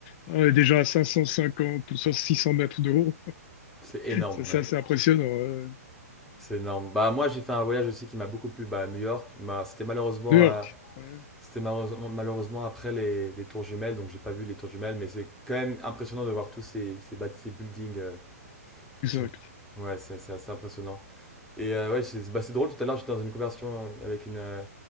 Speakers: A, on the left; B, in the centre.
A: On est déjà à 550 ou 600 mètres de haut.
B: c'est énorme.
A: Ça, C'est
B: hein.
A: assez impressionnant. ouais.
B: C'est énorme. Bah, moi, j'ai fait un voyage aussi qui m'a beaucoup plu bah, à New York. Bah, c'était malheureusement,
A: New York.
B: euh,
A: Ouais,
B: c'était malheureusement, malheureusement après les, les tours jumelles, donc j'ai pas vu les tours jumelles, mais c'est quand même impressionnant de voir tous ces, ces, bâti- ces buildings euh, qui
A: exact.
B: sont. Ouais, c'est c'est assez impressionnant. Et euh, ouais, c'est bah, c'est drôle, tout à l'heure, j'étais dans une conversation avec une, euh,